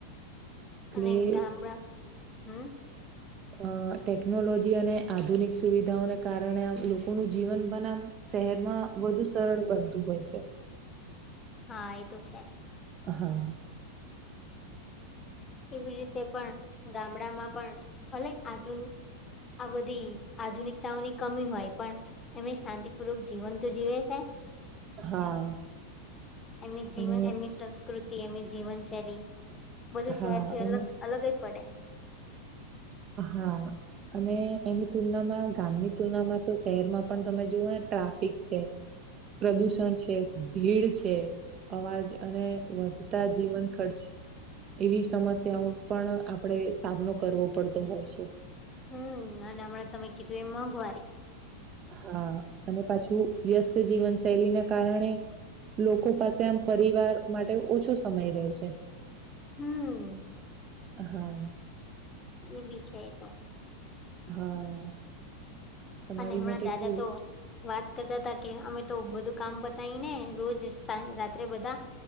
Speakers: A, on the right; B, on the left.
A: એટલે
B: અને <unintelligible> હમ
A: અ ટેકનોલોજી અને આધુનિક સુવિધાઓને કારણે આમ લોકોનું જીવન પન આમ શહેરમાં વધુ સરળ બનતું હોય છે
B: હા એ તો છે
A: હા.
B: એવી રીતે પણ ગામડામાં પણ ભલે આધુ આ બધી આધુનિકતાઓની કમી હોય પણ એમને શાંતિપૂર્વક જીવન તો જીવે છે.
A: હા
B: એમની જીવન
A: અને
B: એમની સંસ્ કૃતિ એમની જીવનશૈલી બધું
A: હા
B: શહેર થી
A: અને
B: અલગ અલગ જ પડે.
A: હા અને એની તુલનામાં ગામની તુલનામાં તો શહેરમાં પણ તમે જુઓ ને ટા ટ્રાફિક છે. પ્રદૂષણ છે ભીડ છે અવાજ અને વધતા જીવન ખર્ચ એવી સમસ્યાઓ પણ આપણેે સામનો કરવો પડતો હોય છે.
B: હમ્મ અને હમણાં તમે કીધું એમ મોંઘવારી.
A: હા અને પાછું વ્યસ્ત જીવન શૈલી ના કારણે લોકો પાસે આમ પરિવાર માટે ઓછો સમય રેય છે.
B: હમ્મ.
A: હા.
B: એ બી છે તો.
A: હા. તમારી
B: અને હમણાં
A: મતે
B: દાદા
A: કેવું
B: તો વાત કરતા હતા કે અમે તો બધું કામ પતાય ને રોજ સાંજ રાત્રે બધા